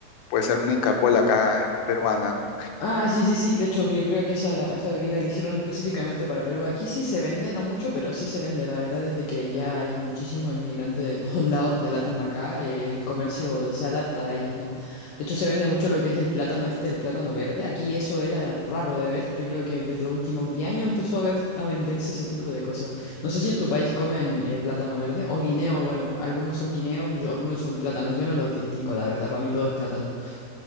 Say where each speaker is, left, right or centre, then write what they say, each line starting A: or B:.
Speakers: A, on the left; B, on the left.
A: Puede ser una Inca Kola acá, eh, muy peruana, ¿no?
B: Ah, sí, sí, sí. De hecho, yo creo que esa, la, esa bebida la hicieron específicamente para Perú. Aquí sí se vende, no mucho, pero sí se vende. La verdad es de que ya hay muchísimos inmigrantes de todos <laughs> lados de Latam acá. eh, El comercio se adapta a ellos, ¿no? De hecho, se vende mucho lo que es el plátano este, el plátano verde. Aquí eso era raro de ver. Yo creo que desde los últimos 10 años empezó a ver, a venderse ese tipo de cosas. No sé si en tu país comen eh, plátano verde o guineo. Bueno, algunos son guineos y algunos son plátanos. Yo no los distingo, la verdad. Para mí todo es plátano.